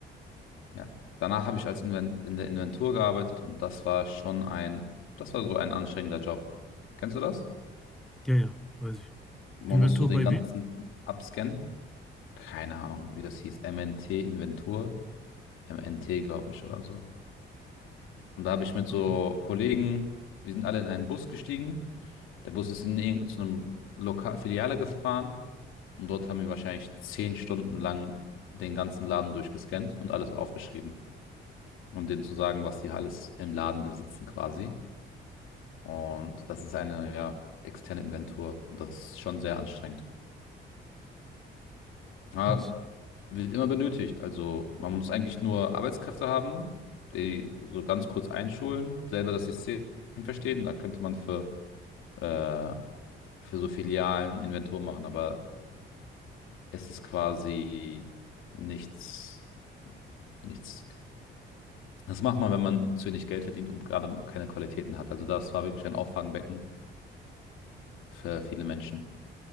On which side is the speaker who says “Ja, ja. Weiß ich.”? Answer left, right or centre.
Centre